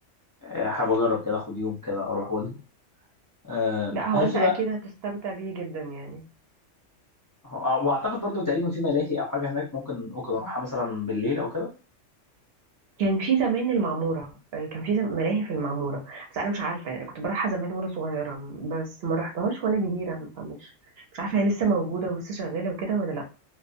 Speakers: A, on the left; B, on the right.
A: آه، حابب اجرب كده اخد يوم كده اروح واجي آه،
B: لا هو
A: هل
B: انت
A: في
B: اكيد
A: بقى
B: هتستمتع بيه جدا يعني
A: آه، واعتقد برضو تقريبا في ملاهي او حاجه هناك ممكن ممكن اروحها مثلا بالليل او كده
B: كان في زمان المعمورة آه، كان في زم... ملاهي في المعمورة بس أنا مش عارفة يعني كنت بروحها زمان وأنا صغيرة بس ما رحتهاش وأنا كبيرة فمش مش عارفة هي لسه موجودة ولسه شغالة وكده ولا لأ